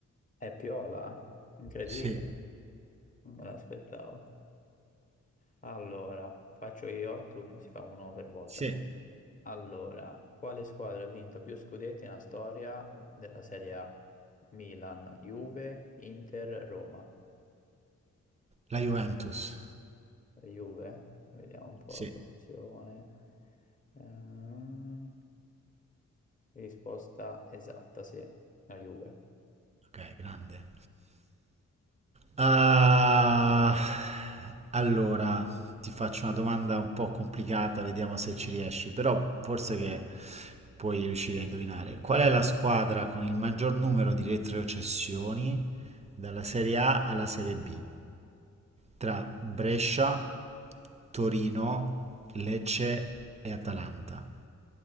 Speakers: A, on the left; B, on the right.
A: È Piola? Incredibile,
B: Sì,
A: non me l'aspettavo. Allora, faccio io, tu- si fa uno per volta,
B: sì,
A: quindi. Allora, quale squadra ha vinto più scudetti nella storia della Serie A? Milan, Juve, Inter, Roma.
B: la Juventus.
A: Eh, Juve, vediamo un po'
B: sì.
A: la soluzione. Ehm, risposta esatta, sì, la Juve.
B: Ok, grande. Ah, Allora, ti faccio una domanda un po' complicata, vediamo se ci riesci, però forse che puoi riuscire a indovinare. Qual è la squadra con il maggior numero di retrocessioni dalla Serie A alla Serie B? Tra Brescia, Torino, Lecce e Atalanta.